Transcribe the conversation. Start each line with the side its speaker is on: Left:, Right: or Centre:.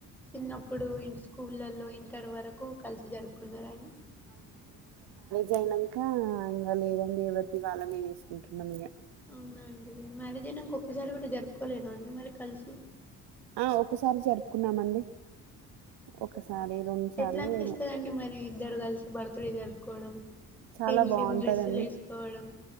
Centre: చిన్నప్పుడు ఇ స్కూళ్లలో ఇంటర్ వరకు కలిసి జరుపుకున్నారండి
Right: జైనంకా ఇంగ లేదండి ఎవరిది వాళ్ళమేసుకుంటున్నాం ఇగ
Centre: అవునా అండి మ్యారేజ్ అయినాకా ఒకసారి కూడా జరుపుకోలేదా అండి మరి కలిసి
Right: ఆహ్ ఒక్కసారి జరుపుకున్నామండి ఒకసారి
Centre: అవున అండి
Right: రెండు సార్లు
Centre: ఎట్లాం న్పిస్తదండి
Right: ఏమో
Centre: మరి ఇద్దరు కలిసి బర్ ర్తడే జరుపుకోవడం
Right: చాలా
Centre: సేమ్
Right: బాగుంటదండి
Centre: సేమ్ డ్రస్సులేసుకోవడం